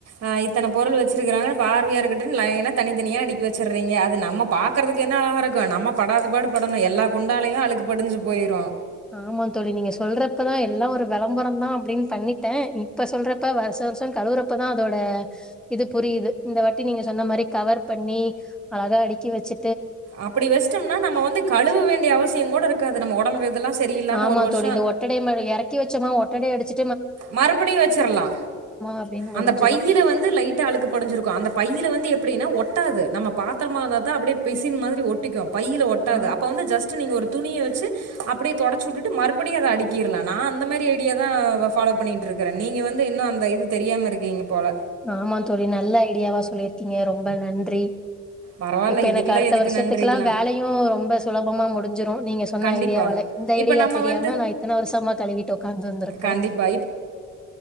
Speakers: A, on the right; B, in the centre.
A: ஆ இத்தன பொருள் வெச்சிருக்குறாங்கனு பார்வையா இருக்க ட்டுனு லைனா தனித்தனியா அடுக்கி வெச்சர்றீங்க அது நம்ம பாக்குறதுக்கு வேண்ணா அழகா இருக்கு நம்ம படாத பாடு படணு எல்லா குண்டாலயு அழுக்கு படிஞ்சு போயிரு
B: ஆமா தோழி நீங்க சொல்றப்பதா எல்லா ஒரு வெளம்பரந்தா அப்டின்னு பண்ணிட்டே இப்ப சொல்றப்ப வருஷோ வருஷோ கழுவுறப்பதா அதோட இது புரியுது. இந்த வாட்டி நீங்க சொன்ன மாரி கவர் பண்ணி அழகா அடுக்கி வெச்சு
A: அப்பிடி வெச்சுட்டம்னா நம்ம வந்து கழுவ வேண்டிய அவசியங் கூட இருக்காது நம்ம ஒடம்பு இதெல்லா சரியில்லாம
B: ஆமா
A: ஒரு வருஷோ
B: தோழி இந்த ஒட்டடை மேல எறக்கி வச் சமா ஒட்டட அடிச்
A: மறுபடியு வச்சரலா
B: அப்டின்னு
A: அந்த
B: முடிஞ்சிரு
A: பையில வந்து லைட்டா அழுக்கு படிஞ்சிருக்கு அந்த பையில வந்து எப்பிடின்னா ஒட் டாது நம்ம பாத்தரமா இருந்தாதா அப்டியே பிசின் மாதிரி ஒட்டிக்கு பையில ஒட்டாது
B: ஆ
A: அப்ப வந்து ஜஸ்ட் நீங்க ஒரு துணிய வெச்சு அப்டியே தொடச்சு வுட்டுட்டு மறுடியு அத அடிக்கிறல நா அந்த மாரி ஐடியாதா ஆ ஃபாலோ பண்ணிட்ருக்கறே நீங்க வந்து இன்னு அந்த இது தெரியாம இருக்கீங்க போல
B: ஆமா தோழி நல்ல ஐடியாவா சொல்லிருக்கீங்க ரொம்ப நன்றி
A: பரவால்ல
B: இப்ப
A: இதுக்கெல்லாம்
B: எனக்கு அடுத்த
A: எதுக்கு
B: வருஷத்துக்கல்லா
A: நன்றிலாம்.
B: வேலையு ரொம்ப சுலபமா மு டிஞ்சுரு நீங்க சொன்ன
A: கண்டிப்பா.
B: ஐடியாவால இந்த ஐடியா
A: இப்ப நம்ம
B: தெரியாம
A: வந்து
B: நா இத்தன வருஷமா கழுவிட்டு ஒக்காந்து இருந்திருக்கிறே
A: கண்டிப்பா.